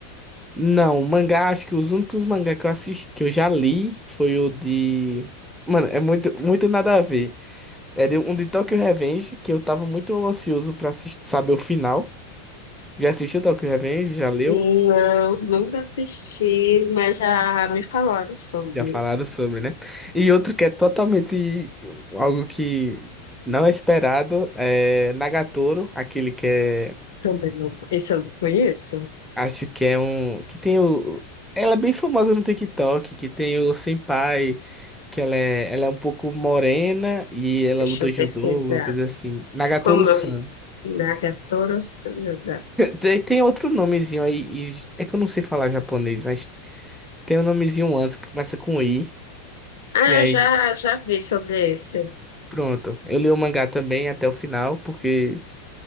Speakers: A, in the centre; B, on the left (about 65°).
A: Não, mangá, acho que os únicos mangá que eu assisti, que eu já li foi o de. Mano, é muito, muito nada a ver. É de- um de Tokyo Revenge, que eu tava muito ansioso pra assistir, saber o final. Já assistiu Tokyo Revenge? Já leu?
B: Não, nunca assisti, mas já me falaram sobre.
A: Já falaram sobre, né? E outro que é totalmente algo que não é esperado é Nagatoro, aquele que é
B: Também não. Esse eu não conheço.
A: Acho que é um. Que tem o. Ela é bem famosa no TikTok, que tem o Senpai, que ela é, ela é um pouco morena e ela
B: Deixa
A: luta
B: eu
A: judô,
B: pesquisar.
A: alguma coisa assim. Nagatoru-san.
B: Como é o Nagatoro Sanada?
A: Tem, tem outro nomezinho aí, e- é que eu não sei falar japonês, mas tem um nomezinho antes que começa com I.
B: Ah,
A: E aí,
B: já, já vi sobre esse.
A: pronto. Eu li o mangá também até o final, porque,